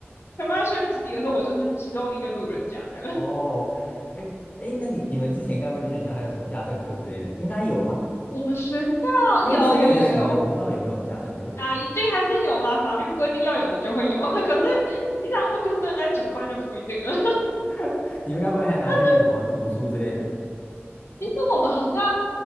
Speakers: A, on the left; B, on the left.
A: 全班在吹直笛的时候，我就是其中一个路人甲这样。
B: 哦，哎哎，那你你们之前该不会学校还有什么家政课之类的？应该有吧？
A: 我们学校
B: 因为升学型的，
A: 有有有有有
B: 我不知道有没有家政课。
A: 啊，一定还是有啦，法律规定要有的就会有，<laughs> 可是平常是不是真的在煮饭就不一定了。
B: <laughs> 你们该不会还拿去什么读书之类的？
A: <laughs> 其实我们好像